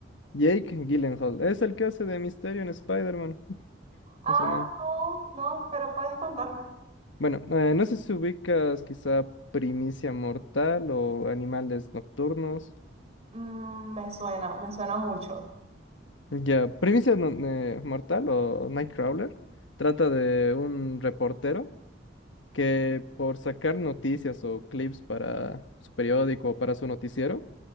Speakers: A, on the left; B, on the right.
A: Jake Gyllenhaal, es el que hace de Misterio en Spider-Man, <laughs>
B: Ah,
A: más o menos.
B: no, no, pero puedes contarme.
A: Bueno, eh, no sé si ubicas quizá Primicia Mortal o Animales Nocturnos.
B: Mm, me suena, me suena mucho.
A: Ya, Primicia no- eh, Mortal o Nightcrawler trata de un reportero que por sacar noticias o clips para su periódico o para su noticiero,